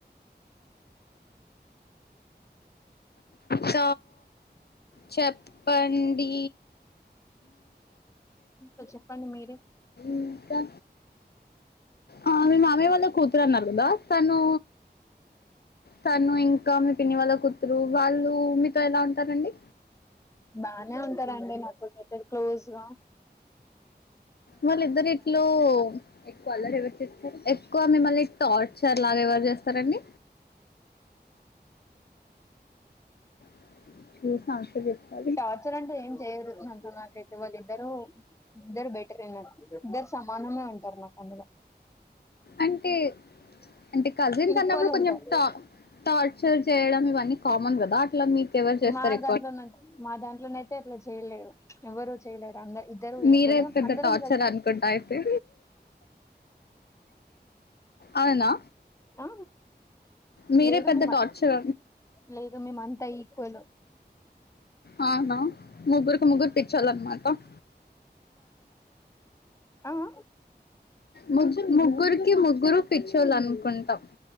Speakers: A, on the left (about 65°); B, on the left (about 15°).
A: చ చె ప్పండి
B: ఇంకా చెప్పండి మీరే
A: ఇంకా ఆ మీ మామయ్య వాళ్ళ కూతురు అన్నారు కదా తను తను ఇం ఇంకా మీ పిన్ని వాళ్ళ కూతురు వాళ్ళు మీతో ఎలా ఉంటారండి
B: బానే ఉంటారండి నాతోప్పుడుకైతే క్లోజ్గా
A: వాళ్ళ ఇద్దరు ఇట్లో ఎక్కువ అల్లరి ఎవరుచేస్తారు ఎక్కువ మిమ్మల్ని టార్ ర్చర్ లాగ ఎవరు చేస్తారండి <unintelligible> టార్చర్ చేస్తా
B: టార్చర్ అంటే ఏం చేయదు అంత నాకైతే వాళ్ళు ఇద్దరు ఇద్దరు బెట్ రే ఇద్దరు సమానమే ఉంటారు నాకు అందులో
A: అంటే అంటే కజిన్స్
B: ఈక్వల్
A: అన్నప్పుడు కొంచెం
B: ఉంటారు
A: టా టార్చర్ చేయడం ఇవన్నీ కామన్ కదా అట్లా మీకు ఎవరు చేస్తారు
B: మా దాంట్లోనైతే మా దాంట్లోనయితే అట్లా చేయలేరు ఎవరుూ చేయలేరు అందరు ఇద్దరు
A: మీరే
B: ఈక్వల్
A: పెద్ద
B: అందరం
A: టార్చర్
B: గలిసి
A: అనుకుంటా అయితే అవునా
B: ఆ
A: మీరే
B: లేదు
A: పెద్ద
B: మేము
A: టార్చర్
B: లేదు మేము అంతా ఈక్వల్
A: ఆ అవునా ముగ్గురుకి ముగ్గురు పిచ్చాలన్నమాట <inaudible>
B: ఆఆ
A: ము ముగ్గురుకి ముగ్గురు పిచ్చోలు అనుకుంటా